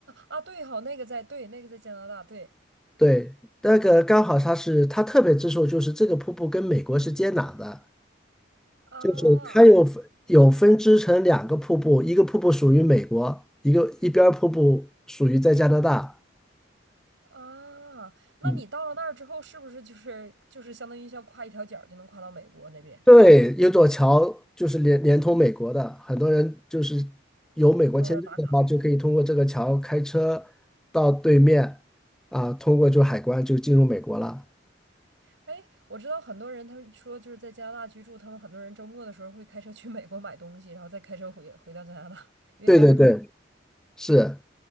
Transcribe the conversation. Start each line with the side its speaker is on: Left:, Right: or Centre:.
Right: 啊，对好，那个在对，那个在加拿大，对
Centre: 对，那个刚好它是它特别之处就是这个瀑布跟美国是接壤的，
Right: 啊
Centre: 就是它有分有分支成两个瀑布，一个瀑布属于美国，一个一边儿瀑布属于在加拿大。
Right: 啊，那你到了那儿之后，
Centre: 嗯。
Right: 是不是就是就是相当于像跨一条角儿就能跨到美国那边，
Centre: 对，有座桥就是连连通美国的，很多人就是有美国签证的话，
Right: 到那儿打卡？
Centre: 就可以通过这个桥开车到对面啊，通过就海关就进入美国了。
Right: 哎，我知道很多人他们说就是在加拿大居住，他们很多人周末的时候会开车去美国买东西，然后再开车回回到加拿大，因为美国东西
Centre: 对对对，是，